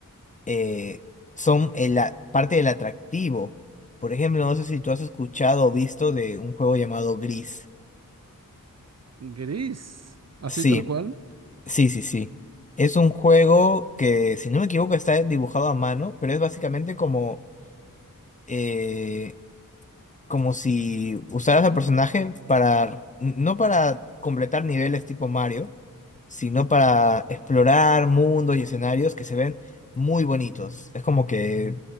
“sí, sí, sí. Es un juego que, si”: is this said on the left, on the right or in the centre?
Left